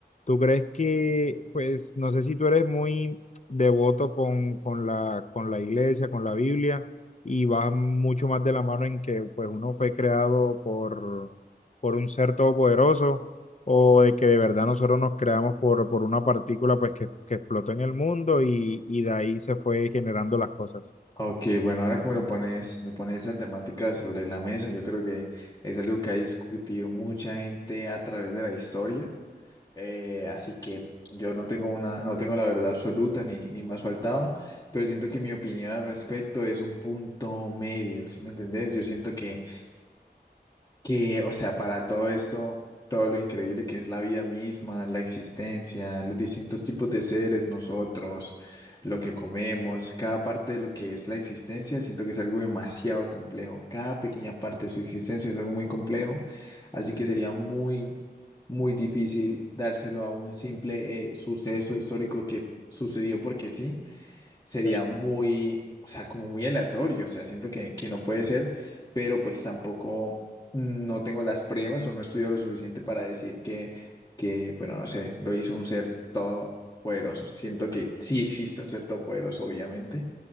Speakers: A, on the left; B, on the left.
A: ¿Tú crees que, pues, no sé si tú eres muy devoto con, con la, con la iglesia, con la Biblia, y vas mucho más de la mano en que, pues, uno fue creado por, por un ser todopoderoso, o de que de verdad nosotros nos creamos por, por una partícula, pues, que, que explotó en el mundo y, y de ahí se fue generando las cosas?
B: Ok, bueno, ahora que me lo pones, me pones esa temática sobre la mesa, yo creo que es algo que ha discutido mucha gente a través de la historia. Eh, así que yo no tengo una, no tengo la verdad absoluta ni, ni más faltaba, pero siento que mi opinión al respecto es un punto medio, ¿sí me entendés? Yo siento que que, o sea, para todo esto, todo lo increíble que es la vida misma, la existencia, los distintos tipos de seres, nosotros, lo que comemos, cada parte de lo que es la existencia, siento que es algo demasiado complejo. Cada pequeña parte de su existencia es algo muy complejo, así que sería muy, muy difícil dárselo a un simple eh, suceso histórico que sucedió porque sí sería
A: Ok.
B: muy, o sea, como muy aleatorio, o sea, siento que, que no puede ser, pero pues tampoco mm, no tengo las pruebas o no estudio lo suficiente para decir que, que, bueno, no sé, lo hizo un ser todopoderoso. Siento que sí existe un ser todopoderoso, obviamente,